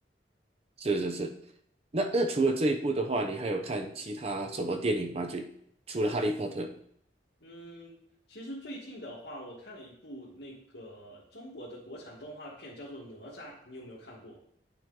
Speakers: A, on the right; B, on the left.
A: 是是是。那那除了这一部的话，你还有看其他什么电影吗？就除了《哈利波特》，
B: 嗯，其实最近的话，我看了一部那个中国的国产动画片，叫做《哪吒》，你有没有看过？